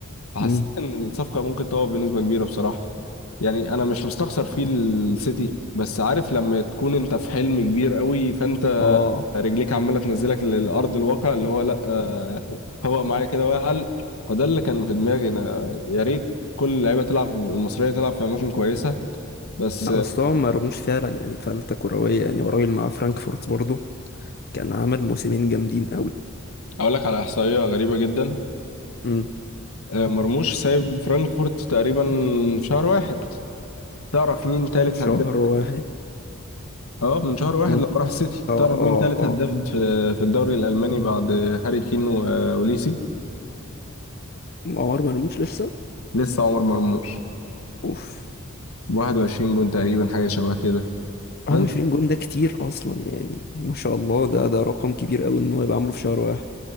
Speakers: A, on the left (about 90°); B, on the left (about 45°).
A: فحسيت
B: امم
A: ان الصفقه ممكن تقع بنسبه كبيره بصراحه يعني انا مش مستخسر فيه السيتي بس عارف لما تكون انت في حلم كبير قوي فانت
B: اه
A: رجليك عماله تنزلك للارض الواقع اللي هو لا آه، هو معايا كده واقل فده اللي كان في دماغي انا يا ريت كل اللعيبه تلعب في- المصريه تلعب في اماكن كويسه بس
B: لا
A: آه،
B: بس هو مرموش فعلا يعني فلتة كروية يعني هو راجل مع فرانكفورت برضه كان عامل موسمين جامدين قوي
A: اقول لك على احصائيه غريبه جدا
B: امم
A: آه، مرموش سايب فرانكفورت تقريبا شهر واحد تعرف مين تالت
B: شهر
A: هداف
B: واحد
A: اه من شهر واحد
B: امم
A: لما راح السيتي
B: اه
A: تعرف مين
B: اه
A: تالت
B: اه
A: هداف في في الدوري الالماني بعد هاري كين واوليسي
B: عمر مرموش لسه
A: لسه عمر مرموش
B: اوف
A: 21 جون تقريبا حاجه شبه كده فانت
B: 21 جون ده كتير اصلا يعني ما شاء الله ده ده رقم كبير قوي ان هو يبقى عامله في شهر واحد